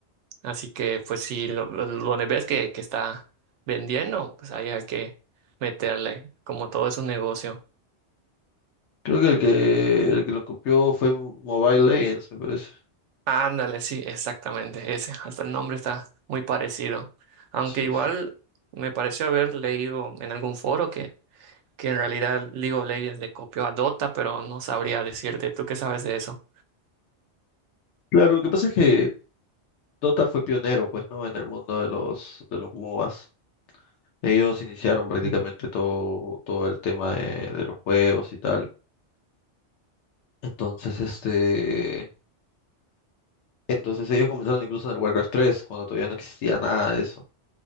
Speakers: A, on the right (about 85°); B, on the left (about 80°).
A: Así que, pues, si lo, lo ves que, que está vendiendo, pues ahí hay que meterle, como todo es un negocio.
B: Creo que el que, el que lo copió fue Mobile Legends, me parece.
A: Ándale, sí, exactamente, ese, hasta el nombre está muy parecido. Aunque
B: Sí,
A: igual
B: sí.
A: me pareció haber leído en algún foro que, que en realidad League of Legends le copió a Dota, pero no sabría decirte, ¿tú qué sabes de eso?
B: Claro, lo que pasa es que Dota fue pionero, pues, ¿no? En el mundo de los, de los MOBAs. Ellos iniciaron prácticamente
A: Ujú,
B: todo, todo el tema de, de los juegos y tal. Entonces, este, entonces ellos comenzaron incluso en el Warcraft tres cuando todavía no existía nada de eso.